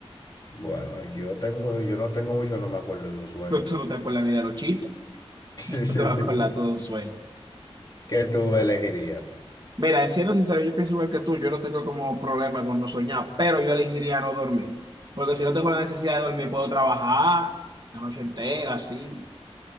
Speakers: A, on the left (about 40°); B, on the right (about 45°).
A: bueno, yo tengo, yo no tengo mucho, no me acuerdo de un sueño.
B: Pero tú no te vas con la vida lochita,
A: <laughs> Sí,
B: tú
A: sí,
B: <laughs> te vas
A: sí.
B: con la todo un sueño.
A: ¿Qué tú elegirías?
B: Mira, en siendo sincero, yo pienso igual que tú, yo no tengo como problema con no soñar, pero yo elegiría no dormir. Porque si no tengo la necesidad de dormir, puedo trabajar la noche entera, así,